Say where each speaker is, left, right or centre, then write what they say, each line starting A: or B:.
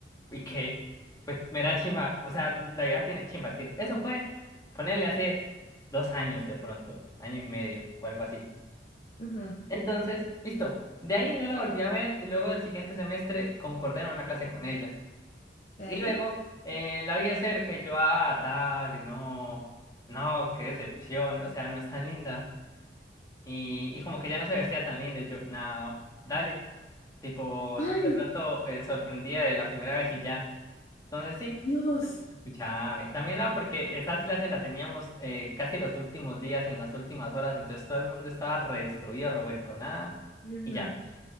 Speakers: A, on the left (about 20°); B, on the left (about 40°).
A: ¿y qué? Pues me da chimba, o sea, la vieja tiene chimba, estilo. Eso fue, ponerle hace dos años de pronto, año y medio o algo así.
B: Ujú,
A: Entonces, listo. De ahí no la volví a ver y luego del siguiente semestre concordé en una clase con ella.
B: Ok.
A: Y luego eh, la vi de cerca y yo, ah, dale, no, no, qué decepción, o sea, no es tan linda. Y, y como que ya no se vestía tan linda y yo, no, dale. Tipo,
B: Ay,
A: de pronto eh, sorprendía de la primera vez y ya. Entonces sí,
B: Dios.
A: escúchame. También ah, porque esa clase la teníamos eh, casi los últimos días, en las últimas horas, entonces todo el mundo estaba re destruido, revuelto, nada.
B: Ujú,
A: Y ya.